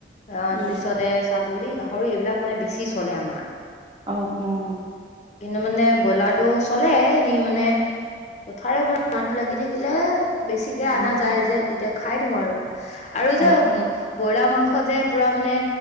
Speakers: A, on the left; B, on the right.
A: অহ
B: উম,
A: তাৰপিছতে ছাগলী। গাহৰি এইবিলাক মানে বেছি চলে আমাৰ।
B: অ', অ',
A: কিন্তু মানে ব্ৰয়ইলাৰটো। চলে এনেই ম মানে পোঠাৰ ঘৰত। <unintelligible> মানুহ লাগি থাকিলে। বেছিকে
B: উম,
A: আনা যায় যে। তেতিয়া খাই দিওঁ আৰু আৰু
B: অ',
A: যে উম। ব্ৰইলাৰ মাংস যে পুৰা মানে